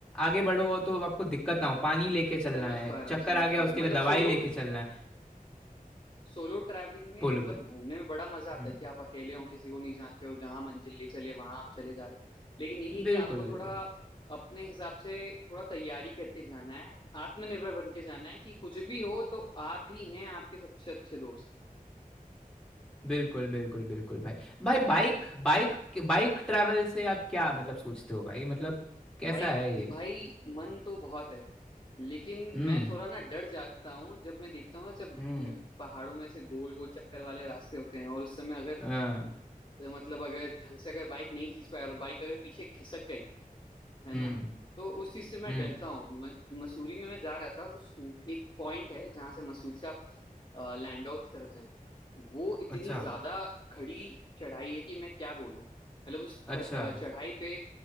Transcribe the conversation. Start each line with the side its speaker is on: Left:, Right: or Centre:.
Centre: आगे बढ़ो और तो आपको दिक्कत ना हो पानी लेके चलना
Left: समझ
Centre: है
Left: पा रहा
Centre: चक्कर
Left: हूँ समझ
Centre: आ गया
Left: पा
Centre: उसके
Left: रहा हूँ
Centre: लिए
Left: मतलब
Centre: दवाई
Left: सोलो
Centre: लेके चलना है
Left: सोलो ट्रैवलिंग में
Centre: बोलो
Left: मतलब
Centre: बोलो
Left: घूमने में बड़ा मजा
Centre: हम्म,
Left: आता है कि आप अकेले हो किसी को नहीं जानते हो जहां मंजिल ले चले वहां आप चले जा रहे हो लेकिन यही है
Centre: बिल्कुल
Left: कि आपको
Centre: बिल्कुल
Left: थोड़ा अपने हिसाब से थोड़ा तैयारी करके जाना है आत्मनिर्भर बन के जाना है कि कुछ भी हो तो आप ही हैं आपके सबसे अच्छे दोस्त
Centre: बिल्कुल बिल्कुल बिल्कुल भाई भाई बाइक बाइक बाइक ट्रैवल से आप क्या मतलब सोचते हो भाई मतलब कैसा
Left: भाई
Centre: है ये
Left: भाई मन तो बहुत है लेकिन
Centre: हम्म
Left: मैं थोड़ा ना डर जाता हूँ जब मैं देखता हूँ ना जब अ,
Centre: हम्म
Left: पहाड़ों में से गोल गोल चक्कर वाले रास्ते होते हैं और उस समय अगर
Centre: हाँ,
Left: अ, मतलब अगर ढंग से अगर बाइक नहीं खींच पाए और बाइक अगर पीछे खिसक गई है ना
Centre: हम्म
Left: तो उस चीज से मैं
Centre: हम्म
Left: डरता हूँ म- मसूरी में मैं जा रहा था तो स्कूट एक पॉइंट है जहां से मसूरी से आप अ, लैंडौर की तरफ जाएं वो इतनी
Centre: अच्छा
Left: ज्यादा खड़ी चढ़ाई है कि मैं क्या बोलूं मतलब उस
Centre: अच्छा
Left: खड़, अ, चढ़ाई पे